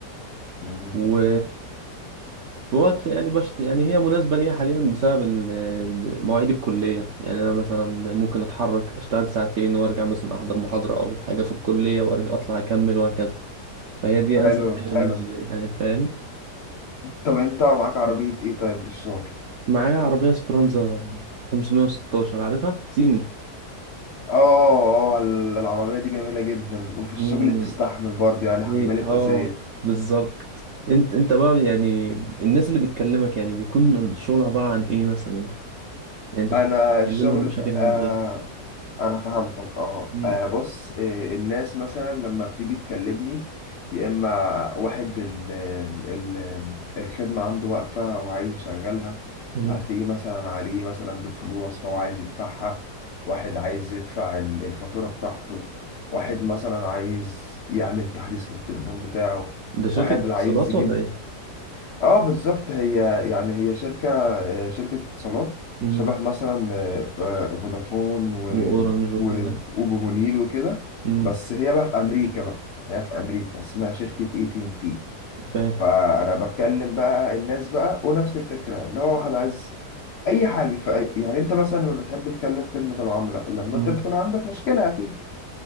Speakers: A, on the left; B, on the right.
A: مم.
B: و في وقت يعني بشت يعني هي مناسبه ليا حاليا بسبب ال- مواعيد الكليه يعني انا مثلا ممكن اتحرك اشتغل ساعتين وارجع مثلا احضر محاضره او حاجه في الكليه وارجع اطلع اكمل وهكذا فهي دي
A: حلو
B: انسب حاجه بالنسبه
A: حلو
B: لي يعني فاهم
A: طب أنت معاك عربية إيه طيب للشغل؟
B: معايا عربيه سبرانزا 516 عارفها صيني
A: اه اه العربية دي جميلة جدا وفي الشغل
B: مم،
A: بتستحمل برضه يعني حمالة
B: إيه، اه
A: اساس
B: بالظبط انت انت بقى يعني الناس اللي بتكلمك يعني بيكون الشغل عباره عن ايه مثلا يعني انت
A: انا
B: بتحل
A: الشغل
B: لهم مشاكل
A: آه
B: عن ايه
A: انا فهمتك اه
B: مم،
A: آه، بص آه، الناس مثلا لما بتيجي تكلمني يا اما واحد ال ال الخدمه عنده واقفه وعايز يشغلها
B: مم.
A: فهتلاقيه مثلا عليه مثلا دي فلوس فهو عايز يدفعها واحد عايز يدفع ال- الفاتوره بتاعته واحد مثلا عايز يعمل تحديث للتليفون بتاعه
B: ده شركه
A: واحد
B: اتصالات
A: عايز يجيب
B: ولا ايه
A: اه بالظبط هي يعني هي شركة آه، شركة اتصالات
B: مم،
A: شبه مثلا آه، آه، فودافون و
B: واورنج وكده
A: و- وبمونيل وكده
B: مم،
A: بس هي بقى في أمريكا بقى هي في أمريكا اسمها شركة اي تي ان تي
B: فاهم
A: فأنا بتكلم بقى الناس بقى ونفس الفكرة اللي هو واحد عايز أي حاجة ف... يعني أنت مثلا لما بتحب تكلم خدمة العملاء لما
B: مم،
A: أنت بتكون عندك مشكلة أكيد